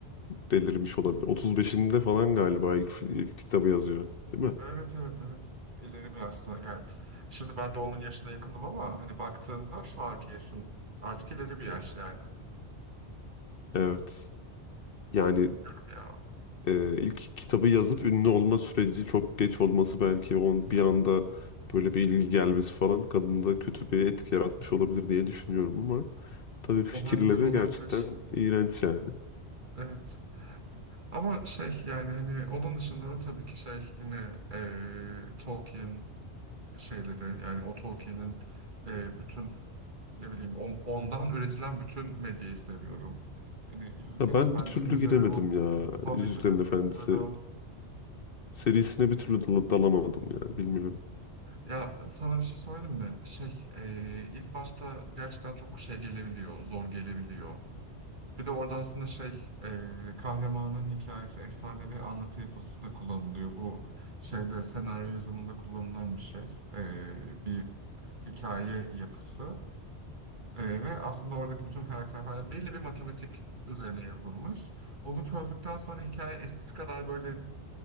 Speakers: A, on the left (about 55°); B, on the right (about 45°).
A: delirmiş olabilir. 35'inde falan galiba ilk, fi- ilk kitabı yazıyor, değil mi?
B: Evet evet evet. İleri bir yaşta yani şimdi ben de onun yaşına yakınım ama hani baktığında şu anki yaşın artık ileri bir yaş yani.
A: Evet. Yani
B: Bilmiyorum ya.
A: e, ilk kitabı yazıp ünlü olma süreci çok geç olması belki on bir anda böyle bir ilgi gelmesi falan kadında kötü bir etki yaratmış olabilir diye düşünüyorum ama tabii fikirleri
B: Olabilir olabilir.
A: gerçekten iğrenç yani.
B: Evet. Ama şey yani hani onun dışında da tabii ki şey yine eee, Tolkien şeyleri yani o Tolkien'in eee, bütün ne bileyim on- ondan üretilen bütün medyayı seviyorum. Hani Yüzüklerin
A: Ya ben
B: Efendisi'ni
A: bir türlü
B: de seviyorum.
A: giremedim ya
B: Hobbit'i
A: Yüzüklerin
B: de seviyorum.
A: Efendisi serisine bir türlü dala- dalamadım ya bilmiyorum.
B: Ya sana bir şey söyleyeyim mi? Şey, e, ilk başta gerçekten çok şey gelebiliyor, zor gelebiliyor. Bir de orada aslında şey, e, kahramanın hikayesi, efsane ve anlatı yapısı da kullanılıyor. Bu şeyde senaryo yazımında kullanılan bir şey, e, bir hikaye yapısı. E, ve aslında oradaki bütün karakter falan belli bir matematik üzerine yazılmış. Onu çözdükten sonra hikaye eskisi kadar böyle